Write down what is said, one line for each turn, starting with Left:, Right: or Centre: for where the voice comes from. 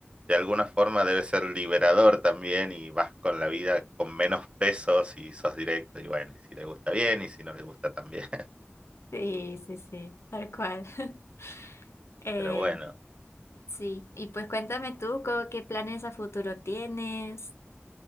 Right: de alguna forma debe ser liberador también y vas con la vida con menos pesos y sos directo y bueno, y si le gusta bien y si no le gusta también. <laughs>
Left: sí, sí, sí, tal cual. <laughs> Eh,
Right: Pero bueno,
Left: sí, y pues cuéntame tú, co- ¿qué planes a futuro tienes?